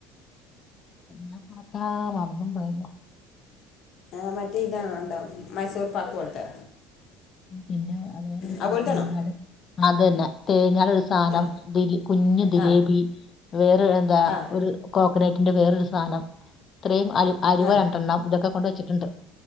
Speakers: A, on the left; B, on the left.
A: എന്നാ ക്കാ മറന്നും പോയല്ലോ
B: ആഹ് മറ്റേ ഇതാ എന്താ മൈസൂർ പാക്ക് പോലത്തെ
A: പിന്നെ <unintelligible>
B: അതുപോലത്തെയാണോ
A: അത് തന്നെ തേങ്ങാട് സാനം
B: ആ
A: ദിലി കുഞ്ഞു ദിലേബി
B: ആ
A: വേറെ എന്താ
B: ആ
A: ഒരു കോക്കനറ്റിന്റെ വേറൊരു സാധനം ഇത്രേം അല അലുവ
B: ആ
A: രണ്ടെണ്ണം ഇതൊക്കെ കൊണ്ട് വെച്ചിട്ടുണ്ട്